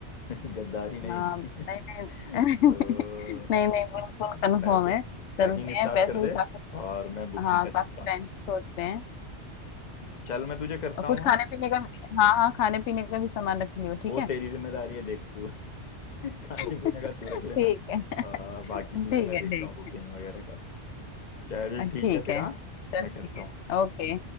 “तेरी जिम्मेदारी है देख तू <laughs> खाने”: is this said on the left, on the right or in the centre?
Left